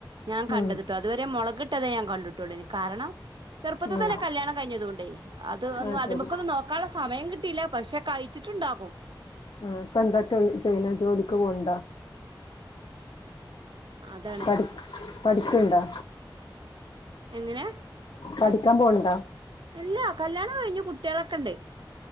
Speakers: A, on the right; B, on the left.
A: ഞാൻ കണ്ടത്ട്ടോ
B: ഉം
A: അതുവരെ മൊളകിട്ടതേ ഞാൻ കണ്ട്ട്ടൊള്ളേനി കാരണം. ചെറുപ്പത്തിൽ
B: ഉം
A: തന്നെ കല്യാണം കഴിഞ്ഞതൊണ്ടേ? അത്
B: ആ
A: അത്
B: ശരി
A: മക്കൊന്നും നോക്കാള്ള സമയം കിട്ടിയില്ല പക്ഷെ കഴിച്ചിട്ടുണ്ടാകും.
B: ആഹ് ഇപ്പ എന്താ ചൊ ചെയ്ണേ ജോലിക്ക് പോവ് ണ്ടോ?
A: അതാണ്
B: പഠി പഠിക്ക്ണ്ടോ?
A: എങ്ങനെ?
B: പഠിക്കാൻ പോവ്ണ്ടാ?
A: ഇല്ലാ കല്യാണം കഴിഞ്ഞു കുട്ട്യളൊക്കെ ഇണ്ട്.